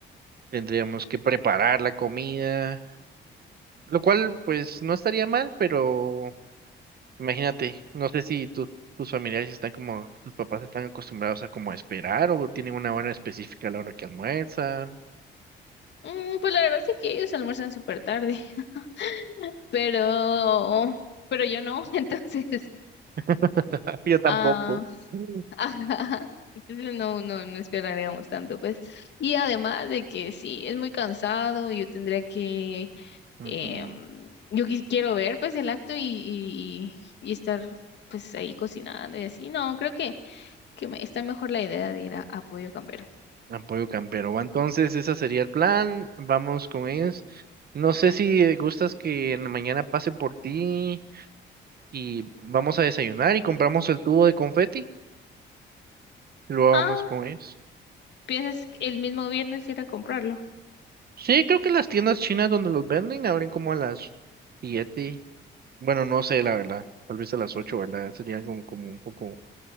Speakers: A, on the right; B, on the left.
A: Tendríamos que preparar la comida, lo cual pues no estaría mal, pero imagínate, no sé si tu- tus familiares están como, tus papás están acostumbrados a como esperar o tienen una hora específica a la hora que almuerzan.
B: mm, pues la verdad es que ellos almuerzan súper tarde, <laughs> pero... pero yo no, <laughs> entonces...
A: <laughs> Yo tampoco.
B: Ah,
A: Mm.
B: <laughs> ajá. Entonces no, no, no esperaríamos tanto, pues. Y además de que sí, es muy cansado, yo tendría que
A: Ujú.
B: Em, yo qui- quiero ver pues el acto y, y- y- y estar pues ahí cocinando y así. No, creo que, que me- está mejor la idea de ir a, a Pollo Campero.
A: Apoyo campero. Va, Entonces, ese sería el plan. Vamos con ellos. No sé si eh, gustas que en la mañana pase por ti y vamos a desayunar y compramos el tubo de confeti. y Luego
B: Ah,
A: vamos con ellos.
B: piensas que el mismo viernes ir a comprarlo.
A: Sí, creo que las tiendas chinas donde los venden abren como a las siete Bueno, no sé, la verdad. Tal vez a las ocho ¿verdad? Sería como, como un poco,